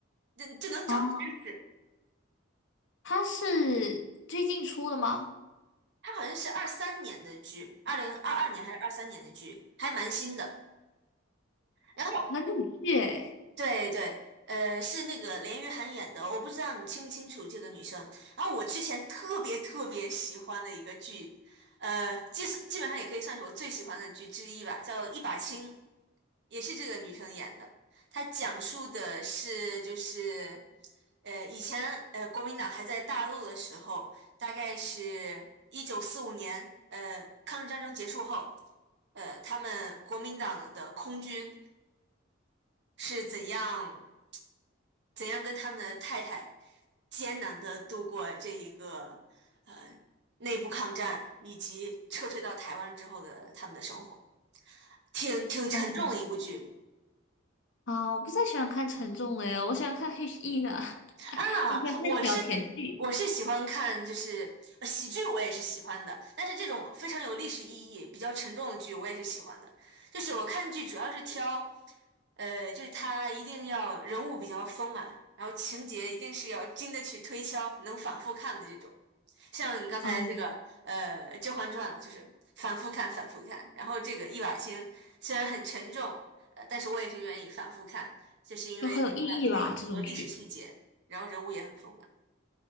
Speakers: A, on the right; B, on the left.
A: 这就能长知识。
B: 哦，它是最近出的吗？
A: 它好像是二三年的剧，二零二二年还是二三年的剧，还蛮新的。然后，
B: 很有趣诶。
A: 对对，呃，是那个连俞涵演的，我不知道你清不清楚这个女生。然后我之前特别特别喜欢的一个剧，呃，基基本上也可以算是我最喜欢的剧之一吧，叫《一把青》。也是这个女生演的。她讲述的是就是，呃，以前呃国民党还在大陆的时候，大概是一九四五年，呃，抗日战争结束后，呃，他们国民党的空军是怎样怎样跟他们的太太艰难的度过这一个呃内部抗战，以及撤退到台湾之后的他们的生活，挺挺沉重的一部剧。
B: 哦，啊，我不太喜欢看沉重的耶，我喜欢看 HE 的，<laughs>
A: 啊，
B: 我喜欢看小甜剧，
A: 我是我是喜欢看，就是呃喜剧，我也是喜欢的。但是这种非常有历史意义、比较沉重的剧，我也是喜欢的。就是我看剧主要是挑，呃，就是它一定要人物比较丰满，然后情节一定是要经得起推敲，能反复看的这种。像你刚才这个，
B: 嗯
A: 呃，《甄嬛传》就是反复看、反复看。然后这个一把青虽然很沉重，呃，但是我也是愿意反复看，就是因为它里面有很多历史细节。
B: 就很有意义吧，这种剧。
A: 然后人物也很丰满。